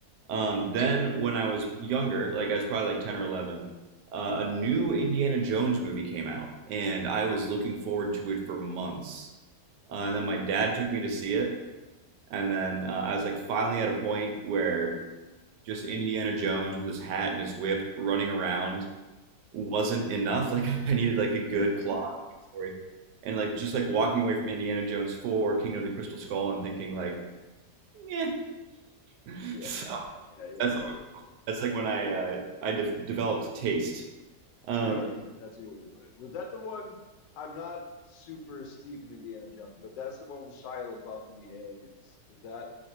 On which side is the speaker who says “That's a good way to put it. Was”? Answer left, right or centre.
Left